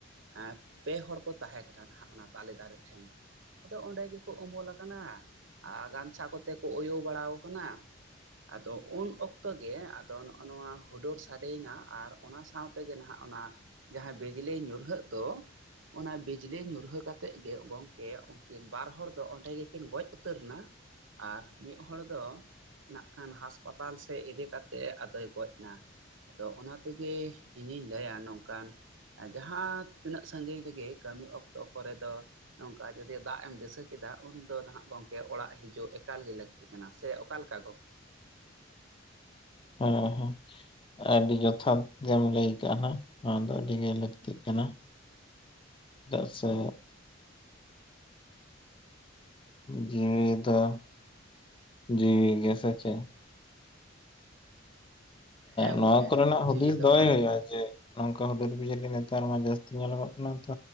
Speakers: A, on the right (about 70°); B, on the left (about 25°).
A: <inaudible> ᱯᱮ ᱦᱚᱲ ᱠᱚ ᱛᱟᱦᱮᱸ ᱠᱟᱱᱟ ᱱᱟᱦᱟᱜ ᱚᱱᱟ ᱛᱟᱞᱮ ᱫᱟᱨᱮ ᱴᱷᱮᱱ ᱫᱚ ᱾ ᱟᱫᱚ ᱚᱸᱰᱮ ᱜᱮᱠᱚ ᱩᱢᱩᱞ ᱟᱠᱟᱱᱟ ᱟᱨ ᱜᱟᱢᱪᱷᱟ ᱠᱚᱛᱮ ᱠᱚ ᱚᱭᱳ ᱵᱟᱲᱟ ᱟᱠᱟᱱᱟ, ᱟᱫᱚ ᱩᱱ ᱚᱠᱛᱚ ᱜᱮ ᱟᱫᱚ ᱱᱚᱜᱼᱱᱚᱣᱟ ᱦᱩᱰᱩᱨ ᱥᱟᱰᱮᱭᱱᱟ ᱟᱨ ᱚᱱᱟ ᱥᱟᱶᱛᱮᱜᱮ ᱱᱟᱦᱟᱜ ᱚᱱᱟ ᱡᱟᱦᱟᱸ ᱵᱤᱡᱽᱞᱤ ᱧᱩᱨᱦᱟᱹᱜ ᱫᱚ, ᱚᱱᱟ ᱵᱤᱡᱽᱞᱤ ᱧᱩᱨᱦᱟᱹ ᱠᱟᱛᱮᱜ ᱜᱮ ᱜᱚᱢᱠᱮ ᱩᱱᱠᱤᱱ ᱵᱟᱨ ᱦᱚᱲ ᱫᱚ ᱚᱸᱰᱮ ᱜᱮᱠᱤᱱ ᱜᱚᱡ ᱩᱛᱟᱹᱨ ᱟᱨ ᱢᱤᱫ ᱦᱚᱲ ᱫᱚ ᱱᱟᱜ ᱠᱷᱟᱱ ᱦᱟᱥᱯᱟᱛᱟᱞ ᱥᱮᱫ ᱤᱫᱤ ᱠᱟᱛᱮᱜ ᱟᱫᱚᱭ ᱜᱚᱡ ᱱᱟ᱾ ᱟᱫᱚ ᱚᱱᱟ ᱛᱮᱜᱮ ᱤᱧᱤᱧ ᱞᱟᱹᱭᱟ ᱱᱚᱝᱠᱟᱱ, ᱡᱟᱦᱟᱸ ᱛᱤᱱᱟᱹᱜ ᱥᱟᱺᱜᱤᱧ ᱨᱮᱜᱮ ᱠᱟᱹᱢᱤ ᱚᱠᱛᱚ ᱠᱚᱨᱮ ᱫᱚ, ᱱᱚᱝᱠᱟ ᱡᱩᱫᱤ ᱫᱟᱜ ᱮᱢ ᱫᱤᱥᱟᱹ ᱠᱮᱫᱟ ᱩᱱᱫᱚ ᱱᱟᱦᱟᱜ ᱜᱚᱝᱠᱮ ᱚᱲᱟᱜ ᱦᱤᱡᱩᱜ ᱮᱠᱟᱞ ᱜᱮ ᱞᱟᱹᱠ ᱛᱤ ᱠᱟᱱᱟ ᱥᱮ ᱚᱠᱟ ᱞᱮᱠᱟ ᱜᱚᱝᱠᱮ ᱾
B: ᱦᱮᱸ ᱦᱮᱸ ᱟᱹᱰᱤ ᱡᱚᱛᱷᱟᱛ ᱜᱮᱢ ᱞᱟᱹᱭ ᱠᱟᱜ ᱱᱟᱝ ᱱᱚᱣᱟ ᱫᱚ ᱟᱹᱰᱤ ᱜᱮ ᱞᱟᱹᱠᱛᱤᱜ ᱠᱟᱱᱟ ᱾ ᱪᱮᱫᱟᱜ ᱥᱮ ᱡᱤᱣᱤ ᱫᱚ ᱡᱤᱣᱤ ᱜᱮ ᱥᱮ ᱪᱮᱫ?
A: ᱦᱮᱸ ᱜᱚᱝᱠᱮ
B: ᱱᱚᱣᱟ ᱠᱚᱨᱮᱱᱟᱜ
A: ᱡᱤᱣᱤ
B: ᱦᱩᱫᱤᱥ
A: ᱫᱚ
B: ᱫᱚᱦᱚᱭ ᱦᱩᱭᱩᱜᱼᱟ ᱡᱮ ᱱᱚᱝᱠᱟ ᱦᱩᱫᱩᱨ ᱵᱤᱡᱽᱞᱤ ᱱᱮᱛᱟᱨ ᱢᱟ ᱡᱟᱹᱥᱛᱤ ᱧᱮᱞᱚᱜ ᱠᱟᱱᱟ ᱛᱚ᱾